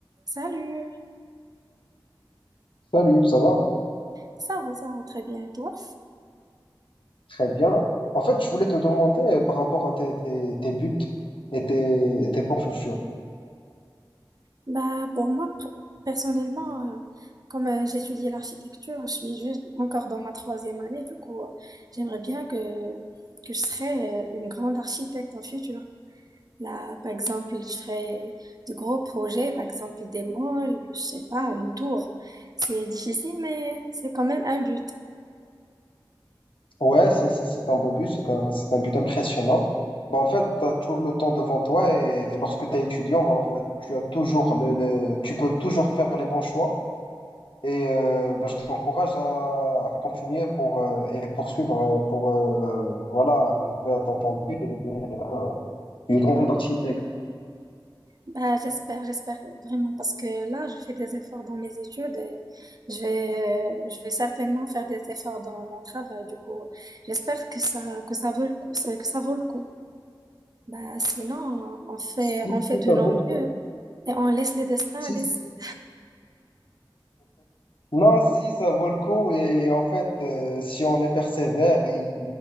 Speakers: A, on the right; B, on the left.
A: Salut,
B: Salut, ça va?
A: ça va, ça va très bien et toi?
B: Très bien. En fait, je voulais te demander euh, par rapport à tes, tes, tes buts et tes, et tes plans futurs.
A: Bah pour moi pr- personnellement, euh, comme euh, j'étudie l'architecture, je suis juste encore dans ma troisième année, du coup euh, j'aimerais bien que que je serais euh, une grande architecte en futur. Là, par exemple, je ferais de gros projets, par exemple des malls, je sais pas, une tour. C'est difficile, mais c'est quand même un but.
B: Ouais, c'est c'est- c'est un beau but, c'est un, c'est un but impressionnant. Bah, en fait, tu as tout le temps devant toi et, lorsque tu es étudiant, bah, en fait, tu as toujours le, le- tu peux toujours faire les bons choix. Et euh, bah, je t'encourage à, à continuer pour, euh, et poursuivre euh, pour euh, voilà, arriver à ton ton but et devenir euh, une grande architecte.
A: Bah, j'espère, j'espère vraiment parce que là, je fais des efforts dans mes études et je vais, euh, je vais certainement faire des efforts dans mon travail. Du coup, j'espère que ça, que ça vaut le coup, que ça vaut le coup. Bah, sinon, on fait,
B: Si,
A: on fait
B: si,
A: de
B: ça
A: nos
B: vaut
A: mieux
B: le coup.
A: et on laisse le destin
B: Si,
A: décider.
B: si. Non, si, ça vaut le coup. Et en fait, euh, si on est persévère et